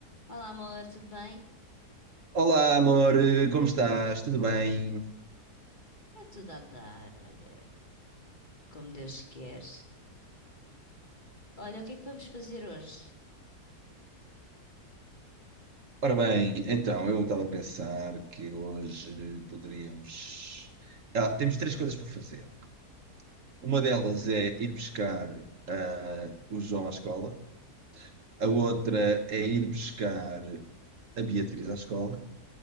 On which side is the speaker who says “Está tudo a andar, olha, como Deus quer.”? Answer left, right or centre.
Left